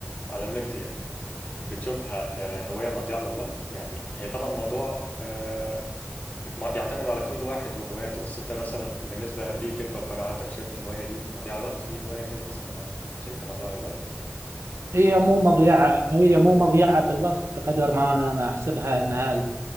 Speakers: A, on the left; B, on the right.
A: على النت يعني بتشوفها آه، هوايه مضيعه للوقت يعني هي طبعا موضوع آه، م- يعتمد على كل واحد وهواياته بس انت مثلا بالنسبه ليك انت وقناعاتك شايف ان الهوايه دي مضيعه للوقت في هوايه كده مثلا عندك شايفها مضيعه للوقت
B: هي مو مضيعة هي مو مضيعة بالوقت بقدر ما أنا أنا أحسبها أنها آه،